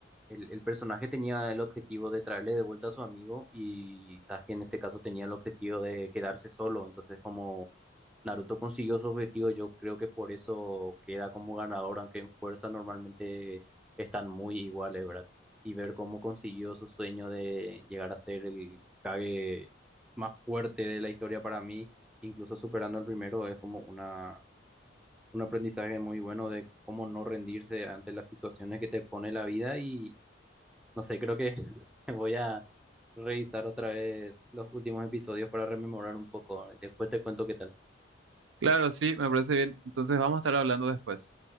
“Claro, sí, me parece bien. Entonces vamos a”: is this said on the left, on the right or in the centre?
Right